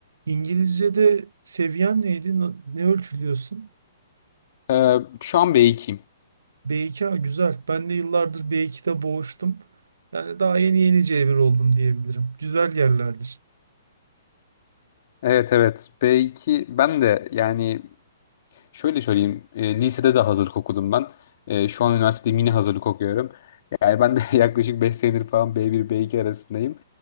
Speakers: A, on the right; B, on the left.
A: İngilizce'de seviyen neydi? Na- Ne ölçülüyorsun?
B: Ee, şu an B2'yim.
A: B2 ha, güzel. Ben de yıllardır B2'de boğuştum. Yani daha yeni yeni C1 oldum diyebilirim. Güzel yerlerdir.
B: Evet evet B2 ben de yani şöyle söyleyeyim e, lisede de hazırlık okudum ben. E, şu an üniversitede mini hazırlık okuyorum. Yani ben de <laughs> yaklaşık 5 senedir falan B1 B2 arasındayım.